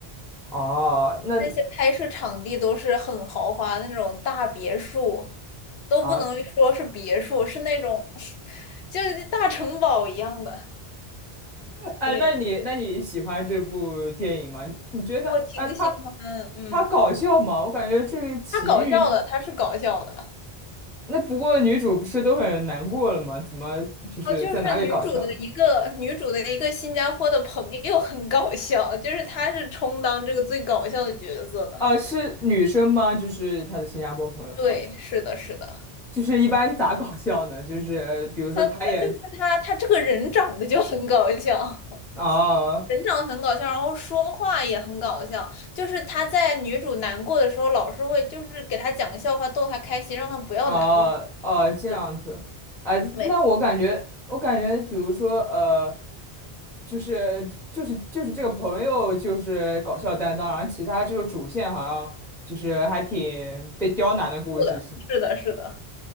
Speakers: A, in the centre; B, on the left.
A: 哦，那
B: 那些拍摄场地都是很豪华的那种大别墅。都不能说是别墅，
A: 啊，
B: 是那种 <laughs> 就是大城堡一样的。
A: 哎，
B: 对，
A: 那你那你喜欢这部电影吗？你觉得哎，
B: 我挺喜欢，
A: 他
B: 嗯，
A: 他搞笑吗？我感觉这个奇遇，
B: 它搞笑的，它是搞笑的。
A: 那不过女主不是都很难过了吗？怎么就是在哪里搞笑？
B: 啊，就是女主的一个女主的一个新加坡的朋友很搞笑，就是她是充当这个最搞笑的角色的。
A: 啊，是女生吗？就是她的新加坡朋友。
B: 对，是的，是的，
A: 就是一般咋搞笑呢？就是比如说他也
B: 她就是她，她这个人长得就很搞笑。
A: 哦
B: 人长得很搞笑，然后说话也很搞笑。就是他在女主难过的时候，老是会就是给她讲个笑话逗她开心，让她不要难过。
A: 哦哦这样子，
B: 对，
A: 啊、
B: 没
A: 那我感觉我感觉，比如说呃，就是就是就是这个朋友就是搞笑担当，然后其他就是主线好像就是还挺被刁难的故事是吗？
B: 错的，是的，是的，